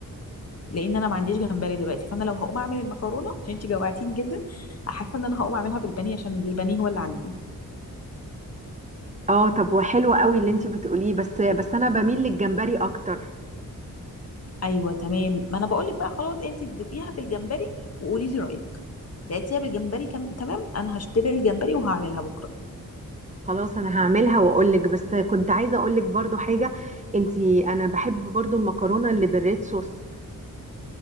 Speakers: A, on the left; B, on the right.
A: لان انا ما عنديش جمبري دلوقتي فانا لو هقوم اعمل المكرونه عشان انت جوعتيني جدا حاسه ان انا هقوم اعملها بالبانيه عشان البانيه هو اللي عندي
B: اه طب وحلو قوي اللي انتي بتقوليه بس بس انا بميل للجمبري اكتر
A: ايوه تمام ما انا بقول لك بقى خلاص انت تدوقيها بالجمبري وقولي لي رايك لقيتيها بالجمبري كم... تمام انا هشتري الجمبري وهعملها بكره
B: خلاص انا هعملها واقول لك بس كنت عايزة اقول لك برضو حاجة انتي انا بحب برضو المكرونة اللي بالريد صوص